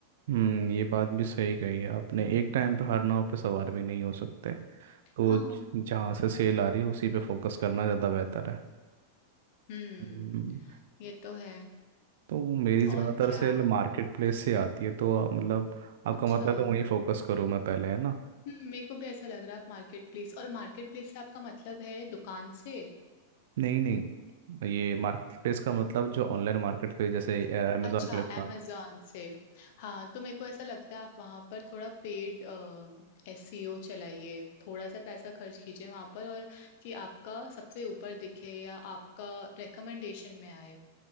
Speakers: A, on the right (about 65°); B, on the left (about 55°).
A: हम्म ये बात भी सही कही है आपने एक टाइम पे हर नाव पे सवार भी नहीं हो सकते तो
B: हाँ
A: ज- जहाँ से सेल आ रही है उसी पे फोकस करना ज़्यादा बेहतर है
B: हम्म
A: हम्म,
B: ये तो है
A: तो मेरी ज़्यादातर
B: और क्या
A: सेल मार्केट प्लेस से आती है तो आप- मतलब आपका
B: अच्छा
A: मतलब
B: हम्म,
A: तो वहीं फोकस करूँ मैं पहले है ना
B: मेरे को भी ऐसा लग रहा है आप मार्केट प्लेस और मार्केट प्लेस से आपका मतलब है दुकान से
A: नहीं नहीं ये मार्केट प्लेस का मतलब जो ऑनलाइन मार्केट प्लेस जैसे अमेजोन
B: अच्छा
A: फ्लिपकार्ट
B: amazon से हाँ तो मेरे को ऐसा लगता है आप वहाँ पर थोड़ा पेड एसईओ चलाइए थोड़ा सा पैसा खर्च कीजिए वहाँ पर और कि आपका सबसे ऊपर दिखे या आपका रिकमेंडेशन में आए